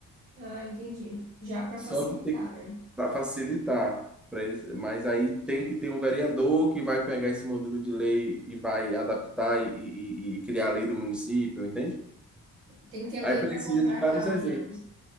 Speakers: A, on the right; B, in the centre.
A: Ah, entendi. Já para
B: Só
A: facilitar,
B: que tem
A: né?
B: para facilitar para eles, mas aí tem que ter um vereador que vai pegar esse modelo de lei e vai adaptar e, e- e criar a lei do município, entende?
A: Tem que ter alguém
B: Aí precisa
A: para comprar
B: de vários
A: a causa,
B: agentes,
A: né?